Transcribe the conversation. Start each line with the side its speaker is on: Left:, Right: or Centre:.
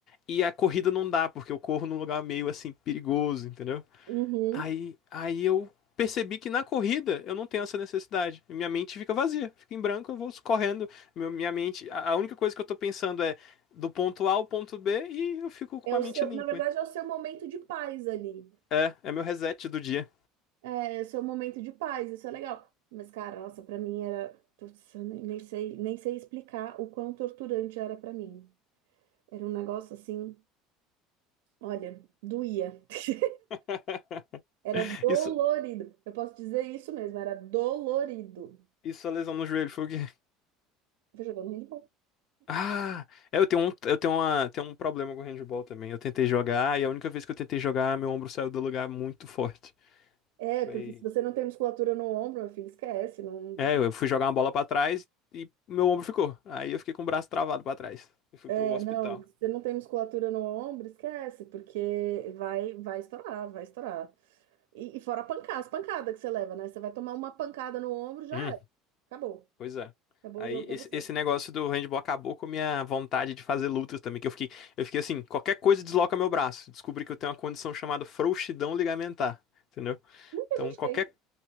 Left: E a corrida não dá, porque eu corro num lugar meio assim perigoso, entendeu?
Right: Uhum.
Left: Aí, aí eu percebi que na corrida eu não tenho essa necessidade. Minha mente fica vazia, fica em branco, eu vou correndo. Meu- minha mente, a a única coisa que eu tô pensando é do ponto A ao ponto B e eu fico com
Right: É
Left: a
Right: o
Left: mente
Right: seu,
Left: limpa.
Right: na verdade, é o seu momento de paz ali.
Left: É, é meu reset do dia.
Right: É, é o seu momento de paz, isso é legal. Mas, cara, nossa, pra mim era. Putz, eu nem, nem sei, nem sei explicar o quão torturante era pra mim. Era um negócio assim, olha, doía. <laughs>
Left: <laughs>
Right: Era dolorido.
Left: Isso,
Right: Eu posso dizer isso mesmo, era dolorido.
Left: isso a lesão no joelho foi o quê?
Right: Foi jogando handball.
Left: Ah, é, eu tenho um, eu tenho uma, tenho um problema com handball também. Eu tentei jogar e a única vez que eu tentei jogar, meu ombro saiu do lugar muito forte.
Right: É,
Left: Foi,
Right: porque se você não tem musculatura no ombro, meu filho, esquece. Não...
Left: É, eu fui jogar uma bola pra trás e meu ombro ficou. Aí eu fiquei com o braço travado pra trás e fui
Right: É,
Left: pro hospital.
Right: não, se você não tem musculatura no ombro, esquece, porque vai, vai estourar, vai estourar. E, e fora a pancada, as pancadas que você leva, né? Você vai tomar uma pancada no ombro, já
Left: Hum,
Right: era. Acabou.
Left: pois é.
Right: Acabou
Left: Aí
Right: o jogo pra
Left: esse,
Right: você.
Left: esse negócio do handball acabou com a minha vontade de fazer lutas também, que eu fiquei, eu fiquei assim, qualquer coisa desloca meu braço. Descobri que eu tenho uma condição chamada frouxidão ligamentar, entendeu?
Right: Muita
Left: Então
Right: gente
Left: qualquer
Right: tem.